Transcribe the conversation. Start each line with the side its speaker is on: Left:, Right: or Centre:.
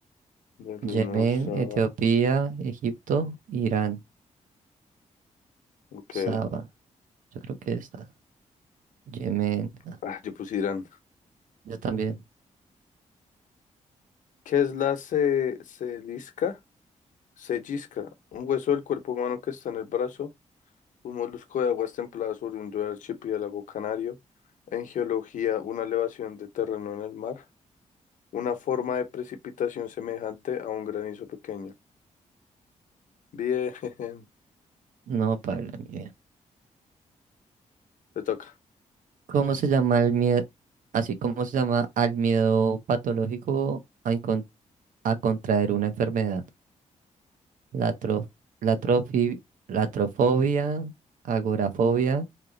Left: Berliner
Right: Yemen,
Left: Saba,
Right: Etiopía, Egipto, Irán.
Left: ok.
Right: Saba. Yo creo que está. Yemen. ah,
Left: Ah, yo puse Irán.
Right: Yo también.
Left: ¿Qué es la ce- celisca? Cellisca, un hueso del cuerpo humano que está en el brazo, un molusco de aguas templadas oriundo del archipiélago canario, en geología, una elevación de terreno en el mar. Una forma de precipitación semejante a un granizo pequeño. Bien, <laughs>
Right: No, para ni idea.
Left: te toca.
Right: ¿Cómo se llama el miedo? Así, ¿cómo se llama al miedo patológico a, encon- a contraer una enfermedad? La, tro- la, trofi- latrofobia, agorafobia,